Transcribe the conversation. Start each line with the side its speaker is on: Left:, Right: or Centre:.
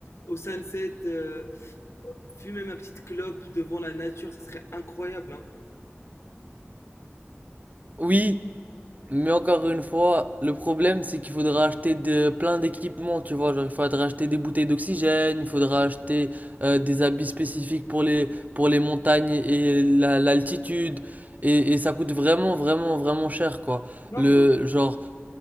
Left: au sunset, euh, fumer ma petite clope devant la nature, ça serait incroyable, hein.
Right: Oui, Mais encore une fois, le problème, c'est qu'il faudra acheter de, plein d'équipements, tu vois. Genre, il faudra acheter des bouteilles d'oxygène, il faudra acheter euh, des habits spécifiques pour les, pour les montagnes et la- l'altitude. et, et ça coûte vraiment, vraiment, vraiment cher, quoi.
Left: Non,
Right: Le,
Left: mais
Right: genre,